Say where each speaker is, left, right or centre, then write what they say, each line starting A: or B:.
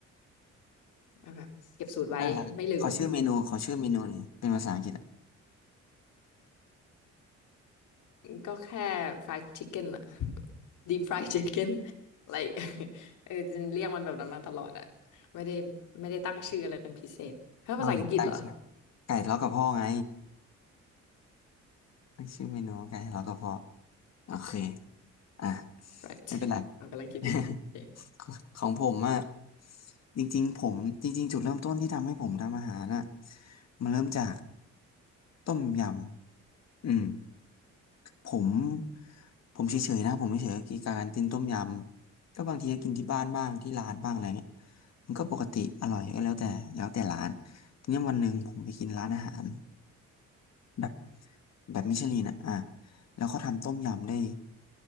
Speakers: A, on the left (about 80°); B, on the left (about 60°).
A: ก็แบบเก็บสูตรไว้ไม่ลืม
B: น่ารักขอชื่อเมนูขอชื่อเมนูหนี่อยเป็นภาษาอังกฤษ
A: ก็แค่ fried chicken อะ <laughs> deep fried chicken like <laughs> เออจะเรียกมันแบบนั้นมาตลอดอะไม่ได้ไม่ได้ตั้งชื่ออะไรเป็นพิเศษเพราะภาษาอังกฤษเหรอ
B: เอาอย่างตั้งชื่อไก่ทะเลาะกับพ่อไงตั้งชื่อเมนูว่าไก่ทะเลาะกับพ่อโอเคอ่ะ
A: right
B: ไม่เป็นไร
A: เรากำลังคิดอยู่โอเค
B: <laughs> ของผมอะจริงๆผมจริงๆจุดเริ่มต้นที่ทำให้ผมทำอาหารน่ะมันเริ่มจากต้มยำอืมผมผมเฉยๆนะผมเฉยๆกับการกินต้มยำก็บางทีก็กินที่บ้านบ้างที่ร้านบ้างอะไรเงี้ยมันก็ปกติอร่อยก็แล้วแต่แล้วแต่ร้านทีนี้วันหนึ่งผมไปกินร้านอาหาร แบบแบบมิชลินอ่ะอ่ะแล้วเขาทำต้มยำได้